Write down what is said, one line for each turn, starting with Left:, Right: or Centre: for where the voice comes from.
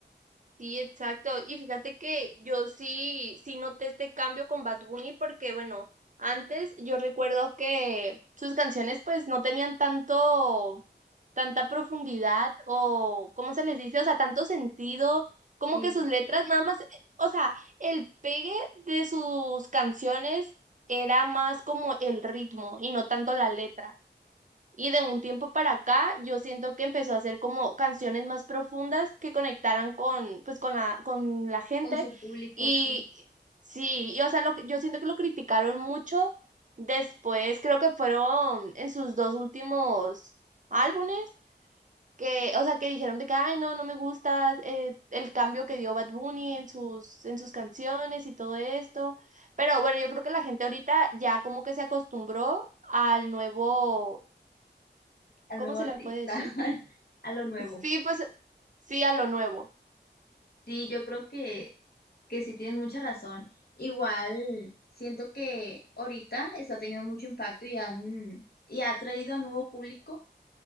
Right: Sí, exacto. Y fíjate que yo sí, sí noté este cambio con Bad Bunny porque, bueno, antes yo recuerdo que sus canciones pues no tenían tanto, tanta profundidad o, ¿cómo se les dice? O sea, tanto sentido, como
Left: sí,
Right: que sus letras nada más, eh, o sea, el pegue de sus canciones era más como el ritmo y no tanto la letra. Y de un tiempo para acá, yo siento que empezó a hacer como canciones más profundas que conectaran con, pues, con la, con la gente.
Left: con su público,
Right: Y
Left: sí,
Right: sí, y, o sea, lo, que- yo siento que lo criticaron mucho. Después, creo que fueron en sus dos últimos álbumes, que, o sea, que dijeron de que, ay, no, no me gusta eh, el cambio que dio Bad Bunny en sus, en sus canciones y todo esto. Pero bueno, yo creo que la gente ahorita ya como que se acostumbró al nuevo
Left: al
Right: ¿cómo
Left: nuevo
Right: se
Left: artista,
Right: le puede decir?
Left: <laughs> a lo nuevo.
Right: Sí, pues sí a lo nuevo.
Left: Sí, yo creo que, que sí tienes mucha razón. Igual siento que ahorita está teniendo mucho impacto y han, y ha traído a nuevo público